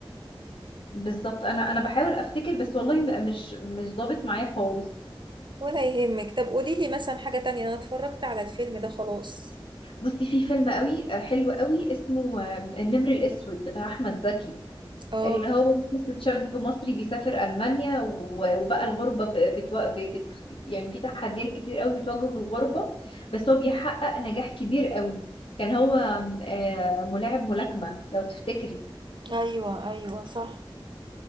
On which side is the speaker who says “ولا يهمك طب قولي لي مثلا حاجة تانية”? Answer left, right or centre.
Right